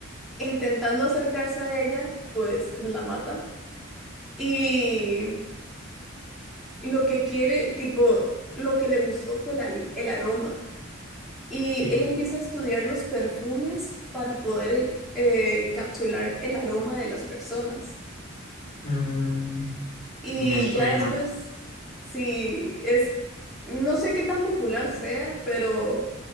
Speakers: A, in the centre; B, on the left.
A: intentando acercarse a ella, pues la mata. Y lo que quiere, tipo, lo que le gustó fue la- el aroma. Y
B: ok.
A: él empieza a estudiar los perfumes para poder en- eh, encapsular el aroma de las personas.
B: Mm,
A: Y
B: sí, me suena.
A: ya después, sí es, no sé qué tan popular sea, pero...